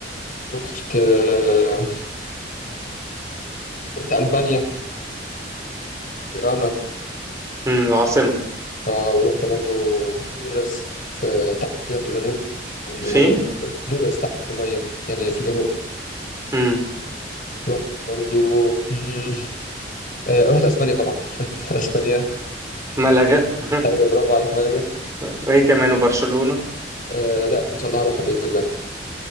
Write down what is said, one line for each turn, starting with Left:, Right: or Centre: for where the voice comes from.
Left: رحت آه رحت ألبانيا تيرانا
Right: مم. العاصمة
Left: آه، ورحت برضو دورس في تحت كده في الجنوب عند
Right: فين
Left: المية والكلام ده دورس تحت في المية يعني في الجنوب
Right: مم.
Left: رحت برضو مم، آه، رحت اسبانيا طبعا <laughs> اسبانيا
Right: ملقا <laughs>
Left: ايوه برافو عليك ملكة
Right: وهي كمان وبرشلونة
Left: آه، لا ان شاء الله هروحها باذن الله